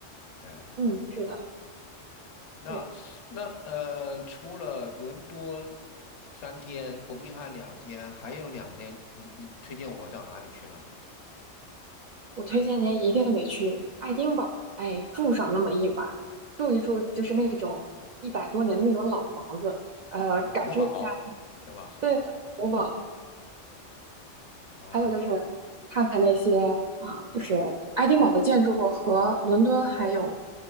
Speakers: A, on the left; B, on the right.
A: 呃，
B: 嗯，
A: 听说。
B: 是的，
A: 那那呃，
B: 对，
A: 除了伦敦三天，伯明翰两天，还有两天，你你推荐我到哪里去了？
B: 我推荐您一定得去爱丁堡，哎，住上那么一晚，住一住就是那种一百多年的那种老房子，呃，
A: 哦，
B: 感受一下，
A: 古堡是吧？是你说
B: 对的，古堡。
A: 哦
B: 还有就是看看那些啊、就是爱丁堡的建筑和伦敦还有